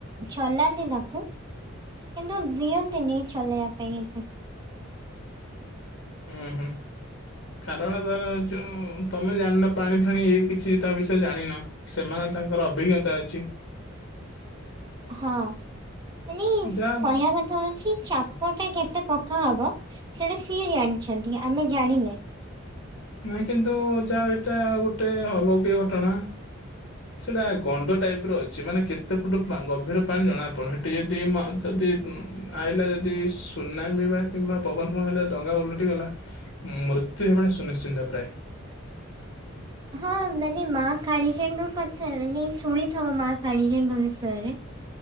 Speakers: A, on the right; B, on the left.
A: ଚଲାନ୍ତି ତାକୁ। କିନ୍ତୁ ଦିଅନ୍ତିନି ଚଲେଇବା ପାଇଁ ଏତେ।
B: ହୁଁ ହୁଁ। କାରଣ ତାର ଯୋଉ ତମେ ଜାଣିନ ପାଣି ଫାଣି ଇଏ କିଛି ତା ବିଷୟରେ ଜାଣିନ। ସେମାନେ ତାଙ୍କର ଅଭିଜ୍ଞତା ଅଛି।
A: ହଁ ମାନେ
B: ଯାଅ
A: କହିବା କ ଥା ହଉଚି ଚାପ ଟା କେତେ ପକା ହବ ସେଟା ସିଏ ଜାଣିଚନ୍ତି ଆମେ ଜାଣିନେ।
B: ନାଇଁ କିନ୍ତୁ ଯାହଉ ଏଇଟା ଗୋଟେ ଅଲୌକିକ ଘଟଣା। ସେଟା ଗଣ୍ଡ ଟାଇପ ର ଅଛି ମାନେ କେତେ ଫୁଟ ପା ଗଭୀର ପାଣି ଜଣାପଡୁନି ସେଠି ମ ଯଦି ଯଦି ଆଇଲା ଯଦି ସୁନାମି ବା କିମ୍ବା ପବନ ଫବନ ହେଲେ ଡଙ୍ଗା ଓଲଟି ଗଲା ମୃତ୍ୟୁ ହେବଟା ସୁନିଶ୍ଚିନ୍ତ ପ୍ରାଏ।
A: ହଁ ମାନେ ମା କାଳିୀଜାଈଙ୍କ କଥା ମାନେ ଶୁଣିଥବ ମା କାଳିୀଜାଈଙ୍କ ବିଷୟରେ।